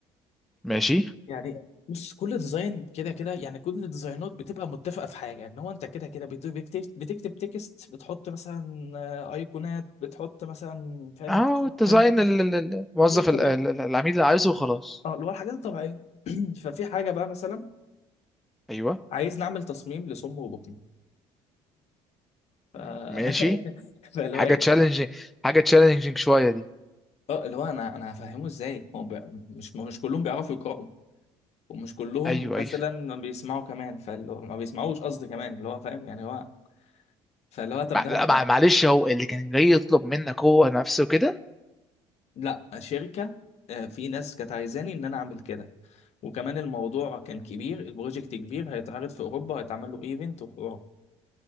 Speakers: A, in the centre; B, on the left.
A: ماشي
B: يعني بص كل ديزاين كده كده يعني كل الديزاينات بتبقى متفقه في حاجه ان هو انت كده كده بت- بتكتب بتكتب تكست بتحط مثلا آه، ايقونات بتحط مثلا فاهم
A: اه
B: انت شوية-
A: والديزاين
B: فاهم انت
A: ال- ال- ال- الموظف
B: بالظبط
A: ال- ال- ال- العميل اللي عايزه وخلاص
B: اه اللي هو الحاجات الطبيعيه <clears throat> ففي حاجه بقى مثلا
A: ايوه
B: عايز نعمل تصميم لصم وبطن ف...
A: م-
B: <laughs>
A: ماشي
B: فاللي
A: حاجه
B: هو ايه
A: تشالنجينج حاجه تشالنجينج شويه دي
B: اه اللي هو انا انا هفهمه ازاي هو بي... مش مش كلهم بيعرفوا يقراوا ومش كلهم
A: ايوه
B: مثلا
A: ايوه
B: ما بيسمعوا كمان فاللي هو ما بيسمعوش قصدي كمان اللي هو فاهم يعني هو فاللي هو طب
A: مع-
B: ده
A: لا مع-
B: ده-
A: معلش هو اللي كان جاي يطلب منك هو نفسه كده
B: لا شركه آه، في ناس كانت عايزاني ان انا اعمل كده وكمان الموضوع كان كبير البروجكت كبير هيتعرض في اوروبا هيتعمل له ايفنت وحوار